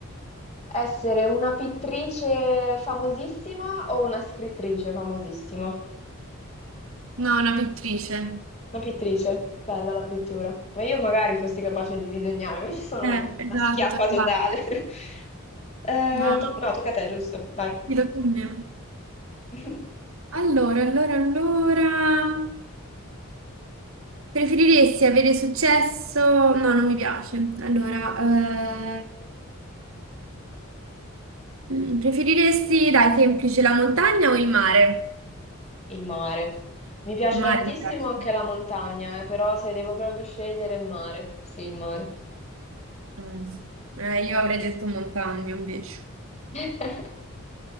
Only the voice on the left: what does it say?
essere una pittrice famosissima o una scrittrice famosissima? Una
pittrice, bella la pittura. Ma io magari fossi capace di disegnare, <laughs> invece sono
una schiappa
totale.
<laughs> Eh,
to-
no, tocca a te, giusto? Vai.
<laughs>
Il mare. Mi piace
tantissimo
anche la montagna, eh, però se devo proprio scegliere il mare, sì, il mare.
<laughs>